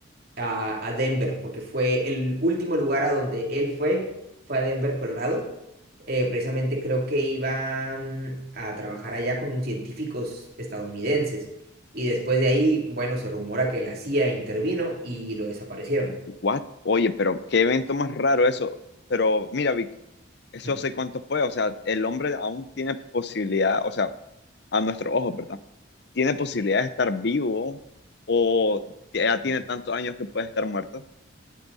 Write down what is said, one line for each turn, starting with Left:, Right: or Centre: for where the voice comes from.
Right: a, a Denver porque fue el último lugar a donde él fue, fue a Denver, Colorado. Eh, precisamente creo que iba mm, a trabajar allá con unos científicos estadounidenses y después de ahí, bueno, se rumora que la CIA intervino y lo desaparecieron.
Left: what, oye, pero qué evento más raro eso, pero mira, Vic, eso
Right: Mm.
Left: hace cuánto fue, o sea, el hombre aún tiene posibilidad, o sea, a nuestros ojos, ¿verdad? ¿Tiene posibilidad de estar vivo o ya tiene
Right: mm.
Left: tantos años que puede estar muerto?